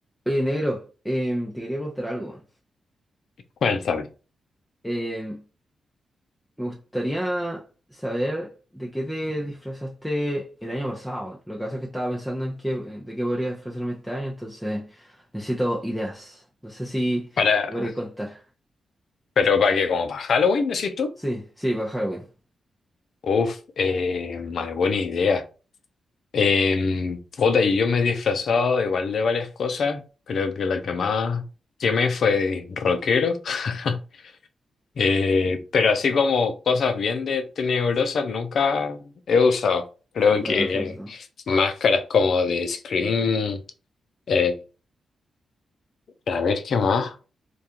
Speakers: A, in the centre; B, on the left (about 70°).
A: Oye, negro, em, te quería preguntar algo.
B: Cuéntame.
A: Em, me gustaría saber de qué te disfrazaste el año pasado. Lo que pasa es que estaba pensando en qué, eh, de qué podría disfrazarme este año, entonces necesito ideas. No sé si
B: Para,
A: me podría contar.
B: pero para que como para Halloween, decís tú.
A: Sí, sí, para Halloween.
B: Uf, eh, madre, buena idea. Eh, puta, y yo me he disfrazado igual de varias cosas. Creo que la que más quemé fue de rockero. <laughs> Eh, pero así como cosas bien de tenebrosas nunca he usado. Creo
A: Ya,
B: que
A: perfecto.
B: máscaras como de Scream. eh, a ver qué más.